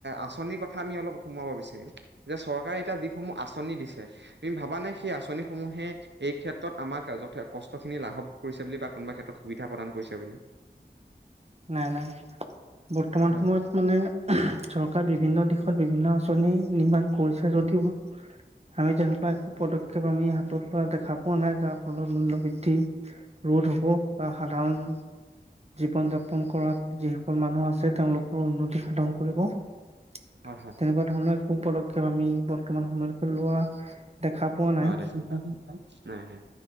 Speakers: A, on the right; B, on the right.
A: আঁচনি কথা আমি অলপ সোমাব বিচাৰিম যে চৰকাৰে এতিয়া যিসমূহ আঁচনি দিছে তুমি ভাবা নে সেই আঁচনিসমূহ মানুহে এই ক্ষেত্ৰত আমাক যথে কষ্ট খিনি লাভৱ কৰিছে বুলি বা কোনোবা ক্ষেত্ৰত সুবিধা প্ৰদান কৰিছে বুলি
B: নাই নাই বৰ্তমান
A: হয়
B: সময়ত মানে চৰকাৰ বিভিন্ন দিশত বিভিন্ন আঁচনি নিৰ্মান কৰিছে যদিও আমি তেনেকুৱা একো পদক্ষেপ আমি হাতত লোৱা দেখা পোৱা নাই যাৰ ফলত মূল্য বৃদ্ধি ৰোধ হ'ব বা সাধাৰণ জীৱন যাপন ন কৰাত যিসকল মানুহ আছে তেওঁলোকৰ উন্নতি সাধন কৰিব তেনেকুৱা
A: হয়
B: ধৰণৰ একো পদক্ষেপ আমি বৰ্তমান সময়লৈকে লোৱা দেখা পোৱা নাই
A: নাই